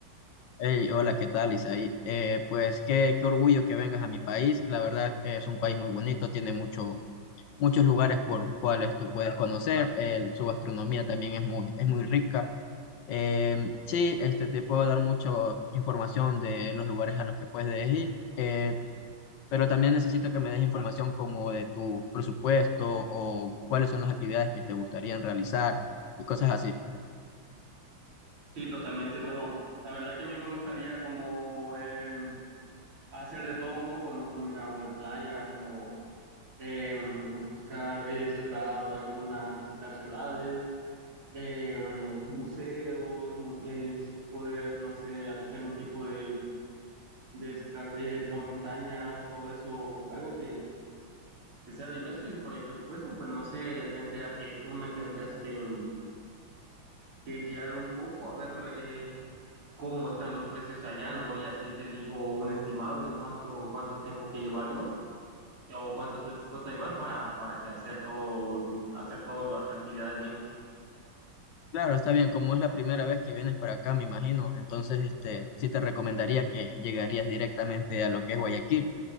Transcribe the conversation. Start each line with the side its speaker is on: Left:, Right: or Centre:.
Left: Hey, hola, ¿qué tal, Isaí? Eh, pues qué, qué orgullo que vengas a mi país. La verdad eh, es un país muy bonito, tiene mucho, muchos lugares por cuales tú puedes conocer. El- su gastronomía también es muy, es muy rica. Eh, sí, este, te puedo dar mucha información de los lugares a los que puedes ir, eh, pero también necesito que me des información como de tu presupuesto o cuáles son las actividades que te gustarían realizar y cosas así.
Right: Sí, totalmente. Bueno, la verdad que a mí me gustaría como eh, hacer de todo un poco, ¿no? Como ir a una playa, como em, buscar eh, ciudad o alguna, visitar ciudades, eh, mm, museos, mu- es poder, no sé, hacer un tipo de, de escalera, montaña, todo eso, algo que, que sea diverso y por el presupuesto, pues no sé, tendría que, tú me tendrías que, mm, que guiar un poco a ver eh, cómo están los precios allá, ¿no? Y así te digo un estimado de cuánto, cuánto tengo que llevar yo o cuánto estoy dispuesto a llevar para, para que hacer todo, hacer todas las actividades bien.
Left: Claro, está bien, como es la primera vez que vienes para acá, me imagino, entonces este, sí te recomendaría que llegarías directamente a lo que es Guayaquil.